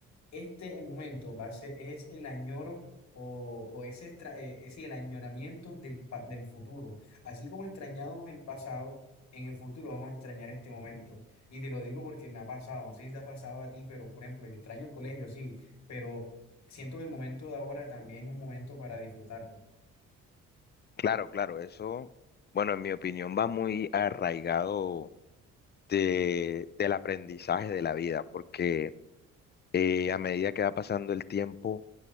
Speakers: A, on the left; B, on the left.
A: este momento va a ser, es el añoro o, o ese, extra- eh, ese el añoramiento del, pa- del futuro. Así como extrañamos el pasado, en el futuro vamos a extrañar este momento. Y te lo digo porque me ha pasado, no sé si te ha pasado a ti, pero por ejemplo, yo extraño el colegio, sí, pero siento que el momento de ahora también es un momento para disfrutarlo.
B: Claro, claro, eso, bueno, en mi opinión va muy arraigado de, del aprendizaje de la vida, porque eh, a medida que va pasando el tiempo,